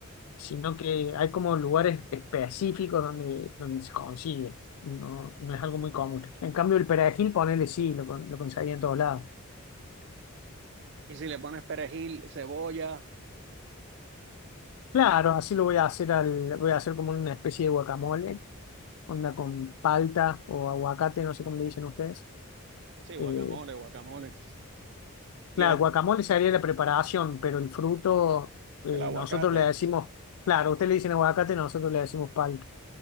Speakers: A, on the left (about 80°); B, on the right (about 50°).
A: sino que hay como lugares específicos donde, donde se consigue. No, no es algo muy común. En cambio, el perejil, ponele sí, lo, con- lo conseguí en todos lados.
B: Y si le pones perejil, cebolla,
A: Claro, así lo voy a hacer al, voy a hacer como una especie de guacamole, onda con palta o aguacate, no sé cómo le dicen ustedes.
B: sí, guacamole,
A: Eh,
B: guacamole. Y
A: claro,
B: el,
A: guacamole sería la preparación, pero el fruto, eh,
B: el aguacate,
A: nosotros le decimos, claro, ustedes le dicen aguacate, nosotros le decimos palta.